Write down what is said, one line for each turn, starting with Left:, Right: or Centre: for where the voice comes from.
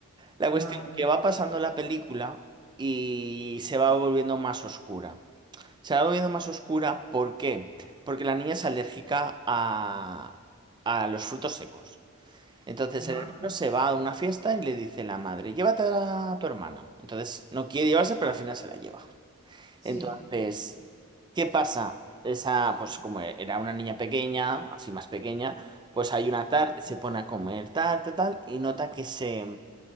Right: La
Left: ajá,
Right: cuestión que va pasando la película y se va volviendo más oscura. Se va volviendo más oscura, ¿por qué? Porque la niña es alérgica a, a los frutos secos. Entonces
Left: ajá.
Right: el hermano se va a una fiesta y le dice la madre, llévate a tu hermana. Entonces no quiere llevarse, pero al final se la lleva.
Left: Sí.
Right: Entonces, ¿qué pasa? Esa, pues como era una niña pequeña, así más pequeña, pues hay una tarde, se pone a comer tarta, tal, y nota que se,